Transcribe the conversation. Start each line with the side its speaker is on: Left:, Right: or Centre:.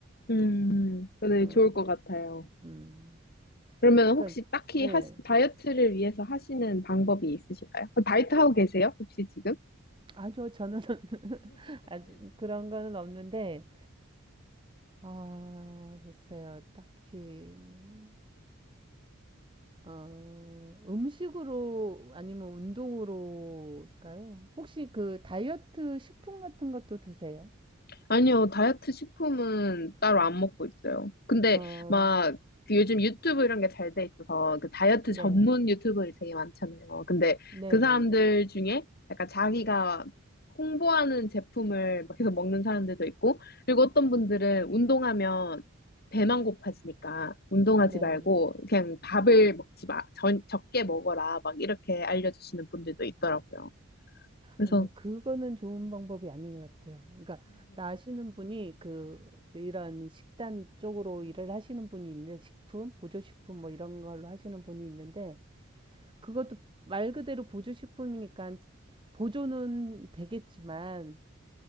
Left: 음, 근데
Right: 음,
Left: 좋을 것 같아요.
Right: 음.
Left: 그러면
Right: 그러니까
Left: 혹시 딱히
Right: 예.
Left: 하시- 다이어트를 위해서 하시는 방법이 있으신가요? 그 다이어트 하고 계세요? 혹시 지금?
Right: 아니요, 저는 <laughs> 아직 그런 거는 없는데 아, 글쎄요. 딱히, 어, 음식으로 아니면 운동으로일까요? 혹시 그 다이어트 식품 같은 것도 드세요?
Left: 아니요, 다이어트 식품은 따로 안 먹고 있어요. 근데
Right: 어,
Left: 막그 요즘 유튜브 이런 게 잘 돼 있어서 그 다이어트
Right: 네.
Left: 전문 유튜버들 되게 많잖아요. 근데
Right: 네네네.
Left: 그 사람들 중에 약간 자기가 홍보하는 제품을 막 계속 먹는 사람들도 있고, 그리고 어떤 분들은 운동하면 배만 고파지니까 운동하지
Right: 네.
Left: 말고 그냥 밥을 먹지 마, 전, 적게 먹어라, 막 이렇게 알려주시는 분들도 있더라고요. 그래서,
Right: 아니요, 그거는 좋은 방법이 아닌 것 같아요. 그러니까, 나시는 분이 그, 이런 식단 쪽으로 일을 하시는 분이 있는데, 식품, 보조식품 뭐 이런 걸로 하시는 분이 있는데, 그것도 말 그대로 보조식품이니까 보조는 되겠지만,